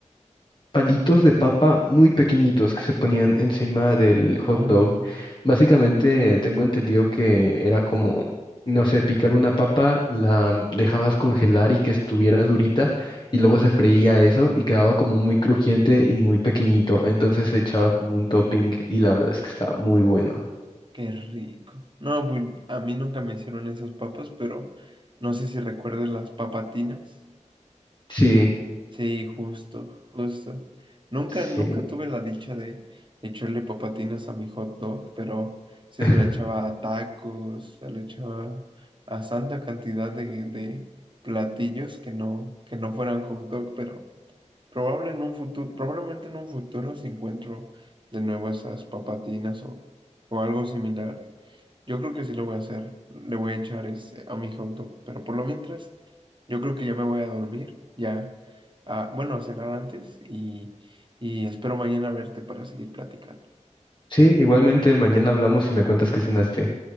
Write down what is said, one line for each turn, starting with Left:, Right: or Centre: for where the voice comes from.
Left: palitos de papa muy pequeñitos que se ponían encima del hot
Right: Oh,
Left: dog. Básicamente tengo entendido que era como, no sé, picar una papa, la dejabas congelar y que estuviera durita y luego se freía eso y quedaba como muy crujiente y muy pequeñito. Entonces se echaba como un topping y la verdad es que estaba muy bueno.
Right: qué rico. No, pues a mí nunca me hicieron esas papas, pero no sé si recuerdes las papatinas.
Left: Sí,
Right: Sí, justo, justo. Nunca,
Left: sí.
Right: nunca tuve la dicha de echarle papatinas a mi hot dog, pero sí
Left: <laughs>
Right: se le echaba a tacos, se le echaba a santa cantidad de, de platillos que no, que no fueran hot dog, pero probable en un futuro, probablemente en un futuro si encuentro de nuevo esas papatinas o, o algo similar, yo creo que sí lo voy a hacer. Le voy a echar este, a mi hot dog. Pero por lo mientras, yo creo que ya me voy a dormir. Ya, ah, bueno, a cenar antes y, y espero mañana verte para seguir platicando.
Left: Sí, igualmente mañana hablamos y me cuentas qué cenaste.